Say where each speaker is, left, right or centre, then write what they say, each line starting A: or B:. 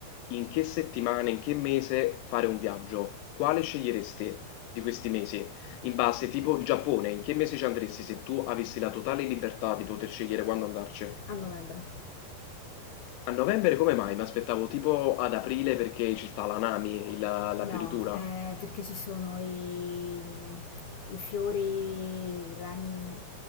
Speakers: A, on the left (about 80°); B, on the left (about 65°).
A: in che settimana, in che mese fare un viaggio. Quale sceglieresti di questi mesi? In base, tipo il Giappone, in che mese ci andresti se tu avessi la totale libertà di poter scegliere quando andarci?
B: a novembre.
A: A novembre come mai? Mi aspettavo tipo ad aprile perché ci sta l'Anami, il- la
B: No,
A: fioritura.
B: eh, perché ci sono i, i fiori, i ragni,